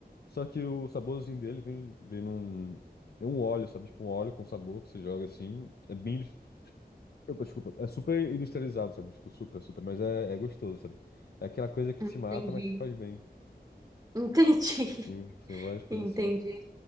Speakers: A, on the left; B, on the right.
A: Só que o saborzinho dele vem, vem num. É um óleo, sabe? Tipo, um óleo com sabor que você joga assim. É bem. indus- Opa, desculpa. É super industrializado, sabe? Tipo, super, super. Mas é, é gostoso, sabe? É aquela coisa que
B: Entendi.
A: te mata, mas te faz bem.
B: Entendi.
A: Tem, tem várias
B: <laughs>
A: coisas
B: Entendi.
A: assim.